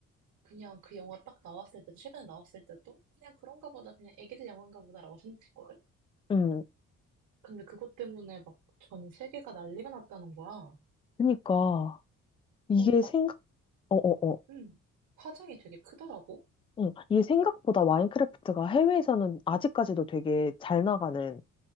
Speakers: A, on the right; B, on the left.
A: 그냥 그 영화 딱 나왔을 때도, 최근에 나왔을 때도, 그냥 그런가 보다, 그냥 애기들 영화인가 보다라고 생각했거든?
B: 음,
A: 근데 그것 때문에 막 전 세계가 난리가 났다는 거야.
B: 그니까 이게
A: 어, 막,
B: 생각, 어, 어, 어,
A: 음, 파장이 되게 크더라고.
B: 응, 이게 생각보다 마인크래프트가 해외에서는 아직까지도 되게 잘 나가는